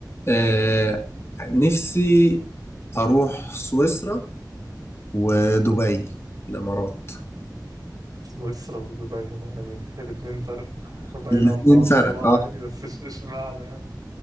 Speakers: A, on the left; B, on the right.
A: آه نفسي اروح سويسرا ودبي الامارات
B: سويسرا ودبي هما يعني الاتنين فرق <laughs> بعيد
A: الاثنين
B: عن بعض
A: فرق
B: الصراحة
A: اه
B: يعني بس إش- اشمعنى يعني